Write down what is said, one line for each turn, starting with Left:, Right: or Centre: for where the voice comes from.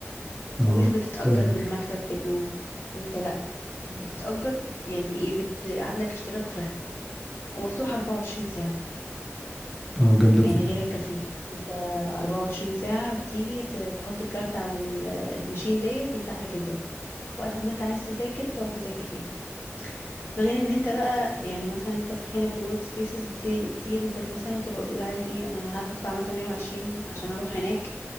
Centre: اه
Left: ومش بتتأجر
Centre: فاهمك
Left: بالمكتب في اليوم انت لا بتتأجر يعني ايه بت... عندك اشتراك شهري ومفتوح 24 ساعه
Centre: اه جامدة الفكرة
Left: يعني غير
Centre: دي
Left: الكافيه انت 24 ساعة بتيجي ت- تحط الكارت على ال- الماشين ديت يفتح لك الباب وقت ما انت عايز تذاكر تقعد تذاكر فيها فغير ان انت بقى يعني مثلا انت في هنا في الورك سبيسز بتنزل مثلا تبقى تقول عايز ايه انا هدفع مثلا 120 عشان اروح هناك